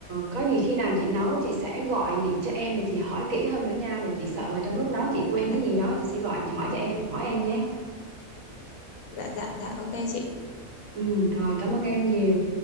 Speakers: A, on the right; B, on the left.
A: có gì khi nào chị nấu chị sẽ gọi điện cho em để chị hỏi kỹ hơn nữa nha vì chị sợ là trong lúc nấu chị quên
B: dạ
A: cái gì đó chị sẽ gọi chị hỏi cho em hỏi em nhé
B: dạ dạ dạ ok chị
A: ừ rồi cảm ơn em nhiều